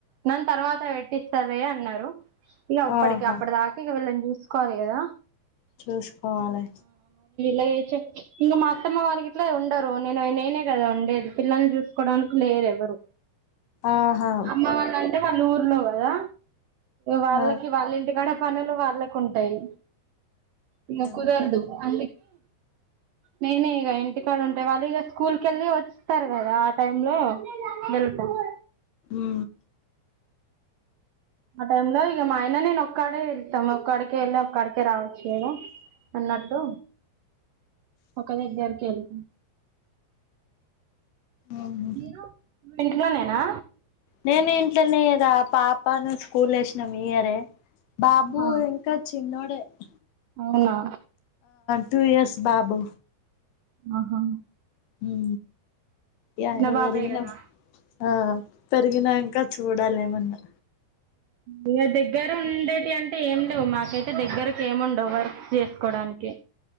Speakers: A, on the right; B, on the left.
A: నన్న తర్వాత పెట్టిస్తలే అన్నారు ఇక ఉప్పుడక
B: ఆహా
A: అప్పుడ దాక ఇక వెళ్ళం జూస చూసుకోవాలి కదా
B: చూసుకోవాలి
A: లేచే ఇగ మ అత్తమా వారికి అట్లే ఉండరు నేను నేనే కదా ఉండేది, పిల్లల్ని చూసుకోవడానికి లేరు ఎవ్వరు
B: ఆహా
A: అమ్మ వాళ అంటే వాళ్ళురు లో కాదా వాళ్ళకి
B: ఆ
A: వాళ్ళి ఇంటికాడే పనులు వాళ్ళకు ఉంటాయి ఇలా
B: అంతే
A: కుదార్దు అ నేనే ఇంగ ఇక్కడ ఉంటాయి వాళ్ళు ఇక స్కూల్ కెళ్ళి వస్తారు కదా ఆ టైమ్ లో వెళ్తాారు
B: అవు
A: ఆ టైమ్ లో ఇక మాయన నేను ఒక్కడే వెళ్తాం ఒక్కడిక వెళి ఒక్కడక రావచ్చు కదా అన్నట్టు ఒక దగ్గరికి వెళ్ా
B: మ్మ్
A: మీరు ఇంట్లోనేేనా
B: నేను ఇంట్లోనే పాప అప్పా ను స్కూల్ వేసినాం ఇయరే బాబు
A: ఆహా
B: ఇంకా చిన్న ప
A: అవునా
B: టూ ఇయర్స్ బాబు
A: ఆహా
B: హ ఈ ఆయన
A: చిన్న బాబే
B: పెరిగినా
A: కదా
B: ఆ పెరిగినాంక చూడాలేమన్నా
A: మీ దగ్గర ఉండేటి అంటే అతే ఏం లేవు మాకైతే దగ్గరకి ఏముండవు వర్క్ చేసుకోవడానికి